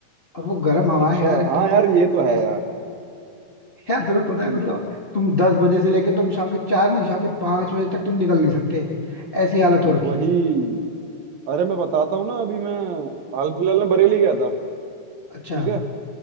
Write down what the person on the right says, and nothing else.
अच्छा
हाँ
यार ये तो
है
हम्म
वही
अरे मैं बताता हूँ ना अभी मैं हाल फिलहाल में बरेली गया था
ठीक है